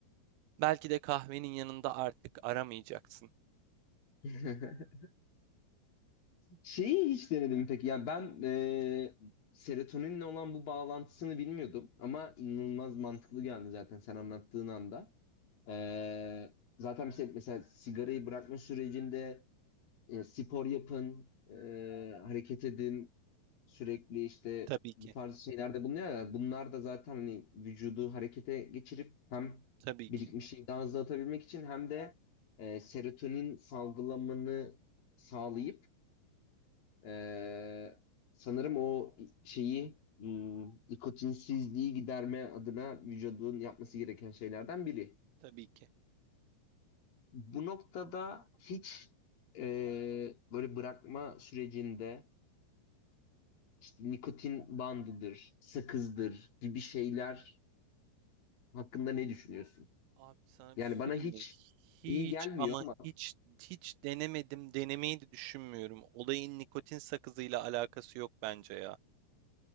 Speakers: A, on the right; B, on the left.
A: belki de kahvenin yanında artık aramayacaksın.
B: <laughs> Şeyi hiç denedim peki. Ya ben eee serotoninle olan bu bağlantısını bilmiyordum ama inanılmaz mantıklı geldi zaten sen anlattığın anda. Ee, zaten işte mesela sigarayı bırakma sürecinde e, spor yapın, e, hareket edin, sürekli işte
A: Tabii ki.
B: bu tarz şeylerde bulunuyorlar. Bunlar da zaten hani vücudu harekete geçirip hem
A: Tabii
B: birikmişliği
A: ki.
B: daha hızlı atabilmek için hem de e, serotonin salgılamanı sağlayıp e, sanırım o şeyi hmm, nikotinsizliği giderme adına vücudun yapması gereken şeylerden biri.
A: Tabii ki.
B: Bu noktada hiç e, böyle bırakma sürecinde işte nikotin bandıdır, sakızdır gibi şeyler hakkında ne düşünüyorsun?
A: Abi sana
B: Yani
A: bir şey
B: bana
A: söyleyeyim
B: hiç
A: mi? Hiç
B: iyi gelmiyor
A: ama
B: ama
A: hiç hiç denemedim. Denemeyi de düşünmüyorum. Olayın nikotin sakızıyla alakası yok bence ya.